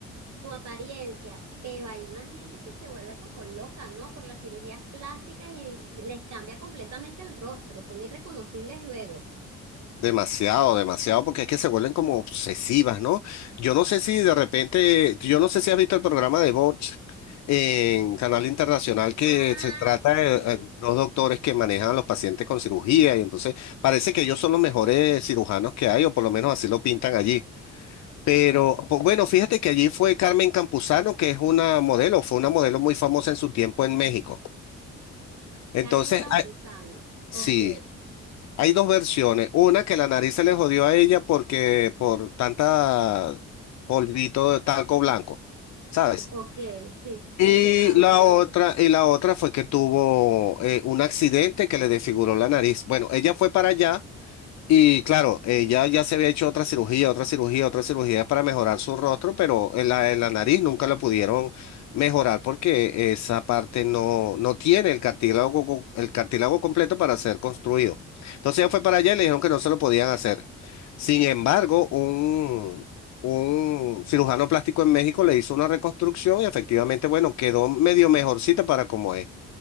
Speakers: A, on the right (about 65°); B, on the left (about 65°).
A: tu apariencia, pero hay una gente que se vuelve como loca, ¿no? Por las cirugías plásticas y les cambia completamente el rostro, son irreconocibles luego.
B: Demasiado, demasiado, porque es que se vuelven como obsesivas, ¿no? Yo no sé si de repente, yo no sé si has visto el programa de Vox en Canal Internacional que
A: Ah,
B: se trata de
A: sí,
B: eh, dos doctores que manejan a los pacientes con cirugía y entonces parece que ellos son los mejores cirujanos que hay, o por lo menos así lo pintan allí. Pero pues, bueno, fíjate que allí fue Carmen Campuzano, que es una modelo, fue una modelo muy famosa en su tiempo en México. Entonces,
A: Carmen Campuzano.
B: ah, sí.
A: Ok,
B: Hay dos versiones. Una que la nariz se le jodió a ella porque por tanta polvito de talco blanco, ¿sabes?
A: ok, sí,
B: Y
A: se drogaba.
B: la otra, y la otra fue que tuvo eh, un accidente que le desfiguró la nariz. Bueno, ella fue para allá. Y claro, ella ya se había hecho otra cirugía, otra cirugía, otra cirugía para mejorar su rostro, pero en la, en la nariz nunca la pudieron mejorar porque esa parte no, no tiene el cartílago, co- el cartílago completo para ser construido. Entonces ella fue para allá y le dijeron que no se lo podían hacer. Sin embargo, un, un cirujano plástico en México le hizo una reconstrucción y efectivamente, bueno, quedó medio mejorcita para como es.